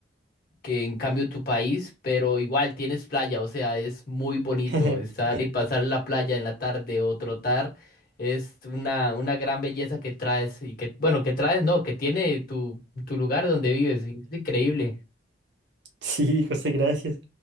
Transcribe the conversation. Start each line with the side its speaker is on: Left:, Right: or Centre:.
Left: que en cambio tu país, pero igual tienes playa, o sea, es muy bonito
Right: <laughs>
Left: estar y pasar la playa en la tarde o trotar. Es una, una gran belleza que traes y que, bueno, que traes, no, que tiene tu, tu lugar donde vives. y Es increíble.
Right: Sí, José, gracias.